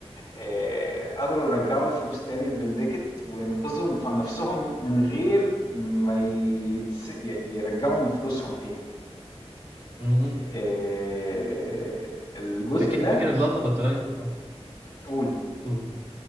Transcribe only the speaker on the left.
آآ قدروا يرجّعوا الفلوس تاني لبنديكت وينقذوا ف نَفْسهم من غير ما يتس ي يرجّعوا من فلوسهم تاني.
آآ الجزء
ده
قُل.